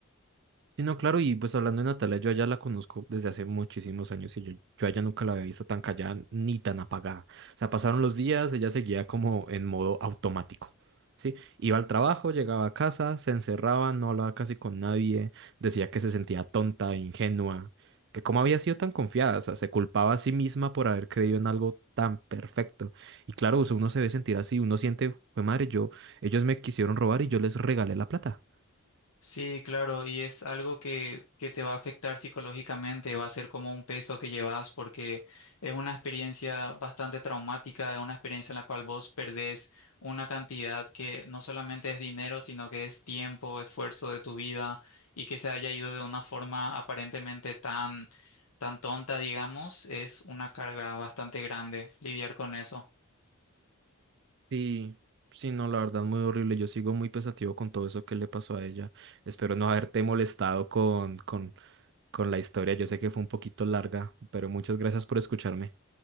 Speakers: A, on the right; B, on the left.
A: Sí, no, claro, y pues hablando de Natalia, yo allá la conozco desde hace muchísimos años y yo, yo a ella nunca la había visto tan callada ni tan apagada. O sea, pasaron los días, ella seguía como en modo automático, ¿sí? Iba al trabajo, llegaba a casa, se encerraba, no hablaba casi con nadie, decía que se sentía tonta, ingenua, que cómo había sido tan confiada, o sea, se culpaba a sí misma por haber creído en algo tan perfecto. Y claro, o sea, uno se ve sentir así, uno siente, fue madre, yo, ellos me quisieron robar y yo les regalé la plata.
B: Sí, claro, y es algo que, que te va a afectar psicológicamente, va a ser como un peso que llevas porque es una experiencia bastante traumática, es una experiencia en la cual vos perdés una cantidad que no solamente es dinero, sino que es tiempo, esfuerzo de tu vida y que se haya ido de una forma aparentemente tan, tan tonta, digamos, es una carga bastante grande lidiar con eso.
A: Sí, sí, no, la verdad, muy horrible. Yo sigo muy pensativo con todo eso que le pasó a ella. Espero no haberte molestado con, con, con la historia. Yo sé que fue un poquito larga, pero muchas gracias por escucharme.